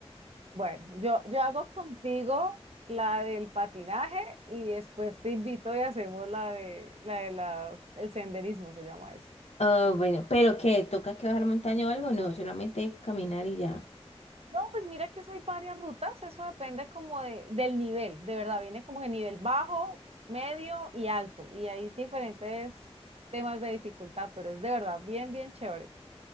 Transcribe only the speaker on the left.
Ah, bueno, pero ¿qué? ¿Toca que bajar montaña o algo? No, solamente caminar y ya.